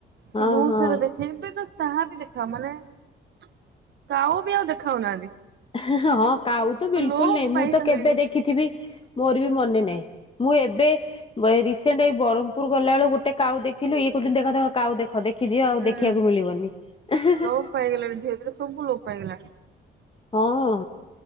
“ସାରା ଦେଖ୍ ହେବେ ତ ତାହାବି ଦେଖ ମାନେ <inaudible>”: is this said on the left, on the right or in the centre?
Right